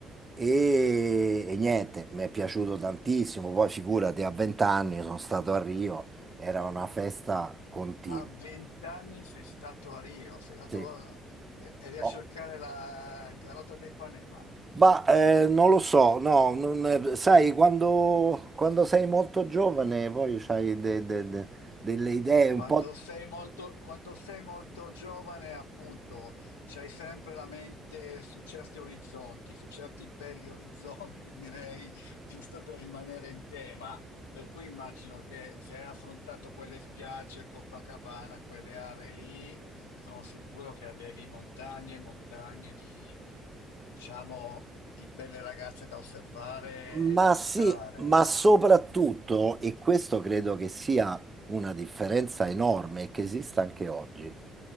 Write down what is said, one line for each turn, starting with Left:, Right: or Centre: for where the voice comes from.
Right: E, e niente, mi è piaciuto tantissimo. Poi figurati, a 20 anni sono stato a Rio, era una festa continua.
Left: A vent'anni sei stato a Rio, sei stato,
Right: Sì.
Left: eh, eri a
Right: Oh,
Left: cercare la Garota dei Panema.
Right: Ma eh, non lo so, no, non- sai, quando, quando sei molto giovane poi hai delle idee
Left: Quando
Right: un po'...
Left: sei molto, quando sei molto giovane, appunto, c'hai sempre la mente su certi orizzonti, su certi belli orizzonti, <laughs> direi, giusto per rimanere in tema. Per cui immagino che se hai affrontato quelle spiagge, Copacabana, quelle aree lì, sono sicuro che avevi montagne e montagne di, diciamo, di belle ragazze da osservare
Right: Ma
Left: e da cullare.
Right: sì, ma soprattutto, e questo credo che sia una differenza enorme e che esista anche oggi,